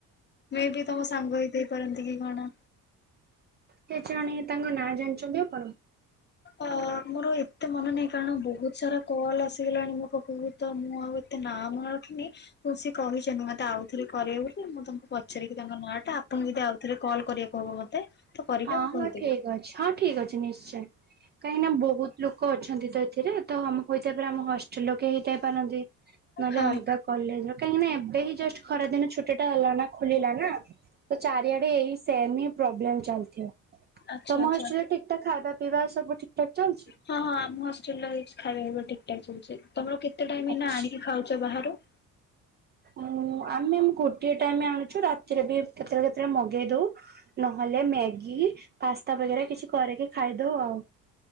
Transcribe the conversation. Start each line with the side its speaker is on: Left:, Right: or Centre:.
Left: ମେ ବି ତମ ସାଙ୍ଗ ହେଇଥାଇ ପାରନ୍ତି କି କଣ?
Right: କେ ଜାଣି ତାଙ୍କ ନାଁ ଜାଣିଛନ୍ତି ଆପଣ?
Left: ଅ ମୋର ଏତେ ମନେ ନାହିଁ କାରଣ ବହୁତ ସାରା କଲ୍ ଆସିଗଲାଣି ମୋ ପାଖକୁ। ତ ମୁଁ ଆଉ ଏତେ ନା ମନେ ରଖିନି ତ ସେ କହିଛନ୍ତି ମତେ ଆଉଥରେ କରିବ ବୋଲି ମୁଁ ତମେ ପଚାରିକି ତାଙ୍କ ନାଁ ଟା ଆପଣଙ୍କୁ ଯଦି ଆଉଥରେ କଲ୍ କରିବାକୁ ହବ ମତେ ତ କରିବେ
Right: ହଁ
Left: ମୁଁ କହିଦେବି।
Right: ହଁ ଠିକ ଅଛି ହଁ। ଠିକ ଅଛି ନିଶ୍ଚୟ। କାହିଁକିନା ବହୁତ ଲୋକ ଅଛନ୍ତି ତ ଏଥିରେ ତମ କହିଥିବା ପରେ ଆମ ହ ଷ୍ଟଲ ଲୋକେ ହେଇଥାଇ ପାରନ୍ତି ନହେଲେ
Left: ହଁ
Right: ଅଲଗା କଲେଜ ର କାହିଁକି ନା ଏବେ ହିଁ ଜଷ୍ଟ ଖରାଦିନ ଛୁଟି ଟା ହେଲା ନା ଖୋଲିଲା ନା ତ ଚାରିଆଡେ ଏଇ ସେମ ହିଁ ପ୍ରୋବ୍ଲେମ ଚାଲି ଥିବ।
Left: ଆଚ୍ଛା
Right: ତମ
Left: ଆଚ୍ଛା।
Right: ହଷ୍ଟେଲ ରେ ଠିକ ଠାକ ଖାଇବା ପିଇବା ସବୁ ଠିକ ଠାକ ଚାଲିଚି?
Left: ହଁ ହଁ ଆମ ହଷ୍ଟେଲରେ ହେଇଚି ଖାଇବାବା ଠିକ ଟଠ ଚାଲିଚି ତମର କେତେ ଟାଇମ
Right: ଆଚ୍ଛା।
Left: ହେଇନା ଆଣିକି ଖାଉଚ ବାହାରୁ?
Right: ଉଁ ଆମେ ଗୋଟିଏ ଟାଇମ ଆଣୁଚୁ ରାତିରେ ବି କେତେବେଳେ କେତେବେଳେ ମଗେଇ ଦଉ। ନହେଲେ ମ୍ୟାଗି ପାସ୍ତା ବଗେରା କିଛି କରିକି ଖାଇଦଉ ଆଉ।